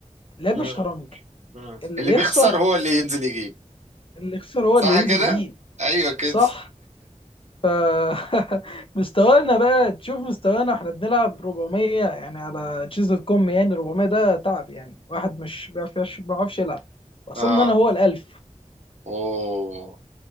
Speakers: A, on the left; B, on the right.
A: لعبنا
B: امم
A: شطرنج
B: امم
A: اللي
B: اللي
A: يخسر
B: بيخسر هو اللي ينزل يجيب
A: اللي يخسر هو
B: صح
A: اللي ينزل
B: كده
A: يجيب
B: ايوه كده
A: صح ف <laughs> مستوانا بقى تشوف مستوانا احنا بنلعب 400 يعني على تشيز دوت كوم يعني 400 ده تعب يعني واحد مش بيعرف ما بيعرفش يلعب وصلنا
B: اه
A: انا هو الالف
B: اوه